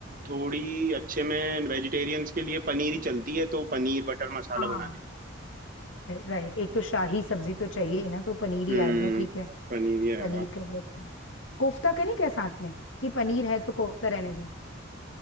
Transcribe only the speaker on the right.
थोड़ी अच्छे में वेजिटेरियंस के लिए पनीर ही चलती है तो पनीर बटर मसाला
बना लेंगे
हम्म
पनीर ही रहेगा